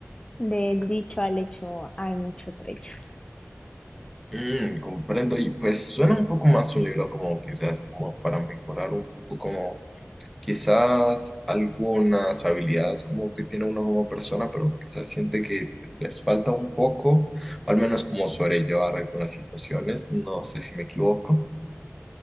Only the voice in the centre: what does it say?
Mm, comprendo y pues suena un poco más un libro como quizás como para mejorar un poco como Quizás algunas habilidades como que tiene uno como persona, pero quizás siente que les falta un poco, al menos como sobrellevar algunas situaciones. No sé si me equivoco.